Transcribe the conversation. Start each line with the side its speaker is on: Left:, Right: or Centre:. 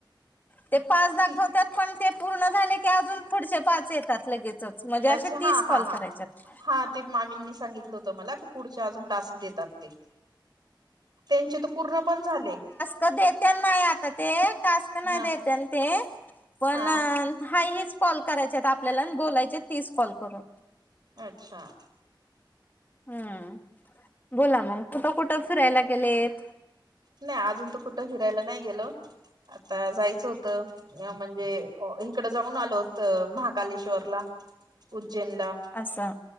Left: ते पाच दाखवतात
Right: ती
Left: पण ते पूर्ण झाले की अजून पुढचे पाच येतात लगेच च म्हणजे असे
Right: अच्छा
Left: तीस
Right: हा
Left: कॉल
Right: हा हा
Left: करायच्यात.
Right: हा ते मामींनी सांगितलं होत मला की पुढच्या अजून टास्क देतात ते. त्यांचे तर पूर्ण पण झाले.
Left: तर देत्यानं नाय आता ते टास्क नाही
Right: हा
Left: देत्यानं ते पण
Right: हा
Left: हाय हेच. कॉल करायच्यात आपल्याला आणि बोलायचेत तीस कॉल करून
Right: अच्छा.
Left: हम्म बोला मग कुठं कुठं फिरायला गेलेत?
Right: नाही अजून तर कुठं फिरायला नाही गेलो आता जायचं होतं ह्या म्हणजे अह इकडं जाऊन आलो होतो महाकालेश्वरला उज्जैनला
Left: अस